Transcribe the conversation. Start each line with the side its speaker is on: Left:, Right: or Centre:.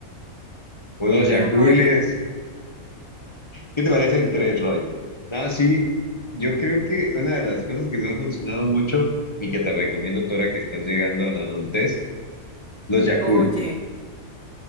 Left: unos
Right: Y
Left: Yacules.
Right: un rollo.
Left: ¿Qué te parecen tres rollos? No, sí, yo creo que una de las cosas que me ha funcionado mucho y que te recomiendo, Tora, que estás llegando a la adultez, los Yakul.
Right: Oye.